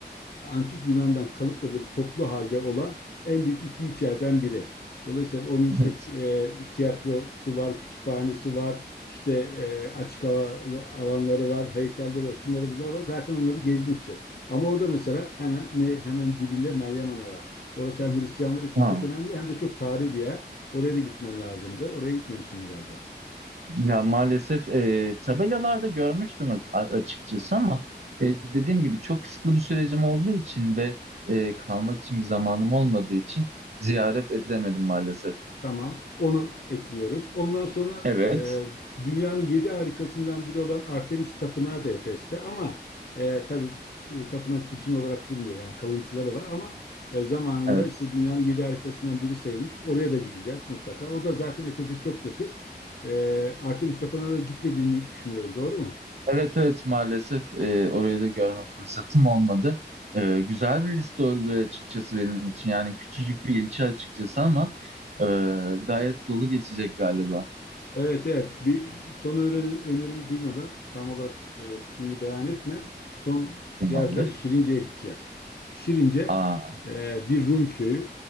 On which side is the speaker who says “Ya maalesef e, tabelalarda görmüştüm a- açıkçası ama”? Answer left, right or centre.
Right